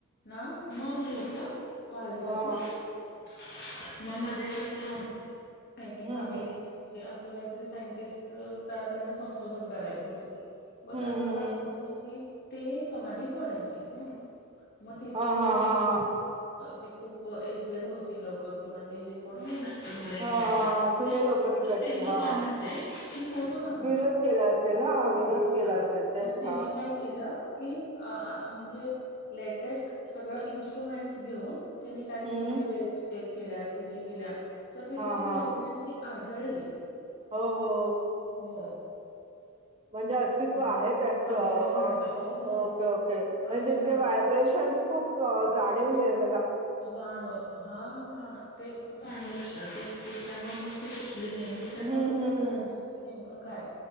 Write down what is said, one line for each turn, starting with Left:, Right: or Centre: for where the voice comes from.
Left: ना मग लोक वारीसाठी
Right: हम्म
Left: निघतात. मग मध्येच कसं आय थिंक
Right: हम्म
Left: अमेरिकेत
Right: हम्म
Left: असं काहीतरी सायंटिस्टचं त्यांना संशोधन करायचं होतं मग
Right: हम्म.
Left: असं चाललं होत की ते समाधी फोडायची ह मग तिथले
Right: हा हा
Left: जे
Right: हा हा
Left: जे खूप एजेड होती लोक, किंवा ते जे कोण मेन असतील मला एक्झॅक्ट
Right: हा हा
Left: माहिती
Right: हा जुने
Left: नाही.
Right: लोक तिकडची
Left: तर त्यांनी
Right: हा
Left: काय
Right: हा
Left: म्हटलेय की सोडू नका.
Right: विरोध केला असेल ना विरोध
Left: हं
Right: केला
Left: हा
Right: असेल तेच
Left: मग त्यांनी
Right: ह
Left: काय केलं की म्हणजे लेटेस्ट सगळं इन्स्ट्रुमेंट्स घेऊन, त्यांनी काय
Right: हम्म
Left: तिथले वे चेक केल्या असल हे केल्या तर तिथे
Right: हा
Left: ती
Right: हा
Left: फ्रिक्वेन्सी आढळली
Right: हो हो
Left: हो
Right: रथ
Left: हं.
Right: <unintelligible> आहे त्यांच ओके
Left: आहे म्हणतात हो हो
Right: ओके
Left: आहे
Right: तिथले
Left: म्हणतात
Right: व्हायब्रेशन् खूप जाणीव नाही अस
Left: जाणव हा ते जाणवला तेच ते त्यामुळे मग ती सुटली नाही म्हणजे त्याना
Right: हं,
Left: चेक
Right: हं,
Left: करायच
Right: हं.
Left: होत की नेमकं काय